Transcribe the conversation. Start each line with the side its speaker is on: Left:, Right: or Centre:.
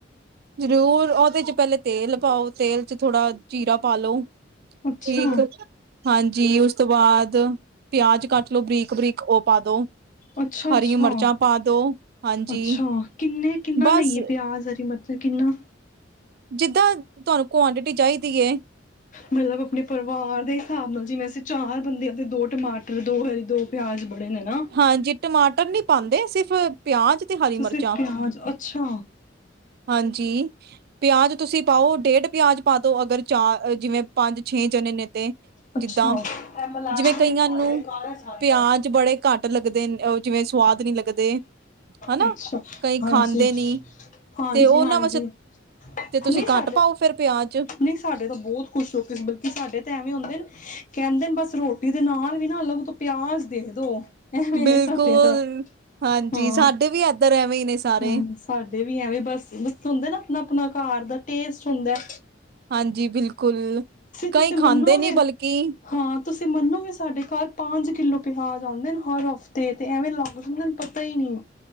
Right: ਜ਼ਰੂਰ ਉਹਦੇ ਚ ਪਹਿਲੇ ਤੇਲ ਪਾਓ, ਤੇਲ ਉਹਦੇ ਚ ਥੋੜਾ <inaudible> ਜੀਰਾ ਪਾਲੋ,
Left: ਅੱਛਾ
Right: ਠੀਕ, ਹਾਂਜੀ ਉਸ ਤੋਂ ਬਾਅਦ ਪਿਆਜ ਕੱਟ ਲੋੋ ਬਰੀਕ, ਬਰੀਕ ਉਹ ਪਾ ਦੋ
Left: ਅੱਛਾ, ਅੱਛਾ,
Right: ਹਰੀ ਮਿਰਚਾਂ ਪਾ ਦੋ ਹਾਂਜੀ
Left: ਅੱਛਾ ਕਿੰਨੇ ਕਿੰਨਾ
Right: ਬਸ
Left: ਲਈਏ ਪਿਆਜ, ਹਰੀ ਮਿਰਚ ਅਤੇ ਕਿੰਨਾ
Right: ਜਿੱਦਾਂ ਤੁਹਾਨੂੰ ਕੁਆਂਟਿਟੀ ਚਾਈਦੀ ਏ।
Left: ਮਤਲਬ, ਆਪਣੇ ਪਰਿਵਾਰ ਦੇ ਹਿਸਾਬ ਨਾਲ ਜਿਵੇਂ ਅਸੀਂ ਚਾਰ ਬੰਦੇ ਆ। ਤੇ ਦੋ ਟਮਾਟਰ, ਦੋ ਹਰੀ ਦੋ ਪਿਆਜ਼ ਬੜੇ ਨੇ ਨਾ
Right: ਹਾਂਜੀ ਟਮਾਟਰ ਨੀ- ਪਾਉਂਦੇ ਸਿਰਫ ਪਿਆਜ਼ ਤੇ ਹਰੀ
Left: ਸਿਰਫ
Right: ਮਿਰਚਾਂ,
Left: ਪਿਆਜ ਅੱਛਾ
Right: ਹਾਂਜੀ ਪਿਆਜ਼ ਤੁਸੀਂ ਪਾਉ ਡੇਢ ਪਿਆਜ਼ ਪਾ ਦੋ ਅਗਰ ਚਾਰ ਜਿਵੇਂ ਪੰਜ ਛੇ ਜਣੇ ਨੇ ਤੇ
Left: ਅੱਛਾ,
Right: ਜਿੱਦਾਂ
Left: ਐ ਮਲਾ
Right: ਜਿਵੇਂ
Left: ਕੇ
Right: ਕਈਆਂ
Left: ਭਾਂਡੇ
Right: ਨੂੰ
Left: ਘਰ ਸਾਰੀਆਂ
Right: ਪਿਆਜ ਬੜੇ ਘੱਟ ਲੱਗਦੇ ਜਿਵੇਂ ਸਵਾਦ ਨੀ ਲੱਗਦੇ, ਹੈਨਾ
Left: ਅੱਛਾ
Right: ਕਈ
Left: ਹਾਂਜੀ
Right: ਖਾਂਦੇ ਨੀ
Left: ਹਾਂਜੀ
Right: ਤੇ ਉਹਨਾਂ
Left: ਹਾਂਜੀ ਹਾਂਜੀ
Right: ਵਾਸਤੇ ਤੁਸੀਂ
Left: ਨਹੀਂ ਸਾਡੇ
Right: ਘੱਟ ਪਾਉ ਫੇਰ ਪਿਆਜ
Left: ਨਹੀਂ ਸਾਡੇ ਤਾਂ ਬਹੁਤ ਖੁਸ਼ ਲੋਕੀ ਬਲਕਿ ਸਾਡੇ ਤਾਂ ਐਵੇਂ ਹੁੰਦੇ ਨੇ ਕਹਿੰਦੇ ਨੇ ਬਸ ਰੋਟੀ ਦੇ ਨਾਲ ਵੀ ਨਾ ਅਲੱਗ ਤੋਂ ਪਿਆਜ ਦੇ ਦੋ ਐਵੇਂ
Right: ਬਿਲਕੁਲ
Left: ਨੇ ਸਾਡੇ ਤਾਂ
Right: ਹਾਂਜੀ
Left: ਹਾਂ,
Right: ਸਾਡੇ ਵੀ ਏਧਰ ਐਵੇਂ ਹੀ ਨੇ ਸਾਰੇ
Left: ਹੂੰ ਸਾਡੇ ਵੀ ਐਵੇ ਬਸ ਬਸ ਹੋਂਦੇ ਨਾ ਆਪਣਾ ਆਪਣਾ ਘਰ ਦਾ ਟੇਸਟ ਹੁੰਦਾ ਐ।
Right: ਹਾਂਜੀ ਬਿਲਕੁਲ ਕਈ
Left: ਤੁਸੀਂ ਮੰਨੋਗੇ
Right: ਖਾਂਦੇ ਨਹੀਂ ਬਲਕਿ ਕੀ
Left: ਹਾਂ ਤੁਸੀਂ ਮੰਨੋਗੇ ਸਾਡੇ ਘਰ ਪੰਜ ਕਿੱਲੋ ਪਿਆਜ ਆਉਂਦੇ ਨੇ ਹਰ ਹਫ਼ਤੇ, ਤੇ ਐਵੇਂ ਲਗਦੇ ਨੇ ਪਤਾ ਹੀ ਨਹੀਂ।